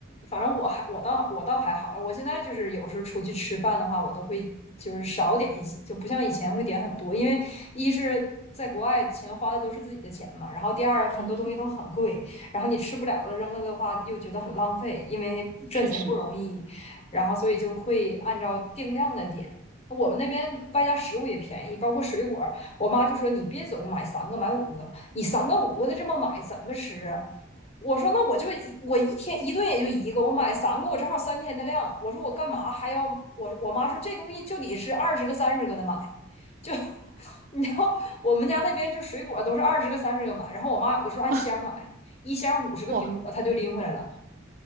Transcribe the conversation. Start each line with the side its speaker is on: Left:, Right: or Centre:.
Left: 反正我还我倒我倒还好了。我现在就是有时候出去吃饭的话，我都会就是少点一些，就不像以前会点很多，因为一是。在国外，钱花的都是自己的钱嘛。然后第二，很多东西都很贵，
Right: 嗯哼，
Left: 然后你吃不了了，扔了的话又觉得很浪费，因为赚钱不容易。
Right: 确实，
Left: 然后所以就会按照定量的点。我们那边外加食物也便宜，包括水果。我妈就说：“你别总买三个，买五个，你三个五个的这么买怎么吃啊？”我说那我就一我一天一顿也就一个，我买三个，我正好三天的量。我说我干嘛还要我？我妈说这东西就得是二十个、三十个的买，就你知道我们家那边就水果都是二十个、三十个买。然后我妈有的时候按箱买，
Right: 啊。
Left: 一箱五十个苹果，
Right: 哇，
Left: 她就拎回来了。